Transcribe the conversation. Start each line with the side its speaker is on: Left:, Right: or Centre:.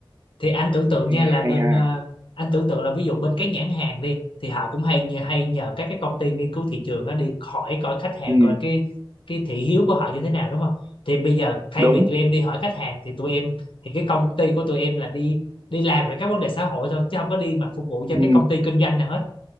Left: thì anh tưởng tượng
Right: hay,
Left: nha là bên
Right: hay ha
Left: ờ, anh tưởng tượng là ví dụ bên các nhãn hàng đi thì họ cũng hay nhờ- hay nhờ các cái công ty nghiên cứu thị trường đó đi hỏi coi khách hàng
Right: ừ
Left: coi cái cái thị hiếu của họ như thế nào đúng không thì bây giờ thay
Right: đúng
Left: vì tụi em đi hỏi khách hàng thì tụi em thì cái công ty của tụi em là đi đi làm về các vấn đề xã hội thôi chứ không có đi mà phục vụ cho
Right: ừ,
Left: cái công ty kinh doanh nào hết